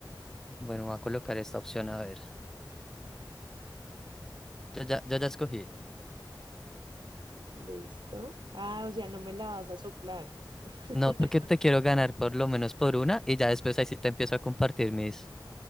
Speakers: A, in the centre; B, on the right (about 70°).
A: bueno, voy a colocar esta opción, a ver. Yo ya, yo ya escogí.
B: Listo. Ah, o sea, no me la vas a soplar. <laughs>
A: No, porque te quiero ganar por lo menos por una y ya después ahí sí te empiezo a compartir mis...